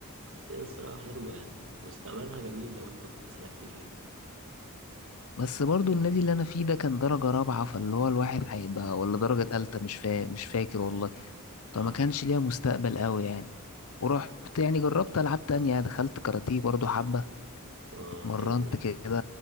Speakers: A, on the right; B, on the left.
A: بس هي الصراحه حلوه يعني مستقبلها جميل لو انت كنت سلكت فيها
B: بس برضو النادي اللي أنا فيه ده كان درجة رابعة فاللي هو الواحد هيبقى ولا درجة تالتة مش فا... مش فاكر والله فما
A: اه
B: كانش ليها مستقبل قوي يعني ورحت يعني جربت ألعاب تانية دخلت كاراتيه برضو حبة
A: اه
B: اتمرنت
A: حلو ده
B: كده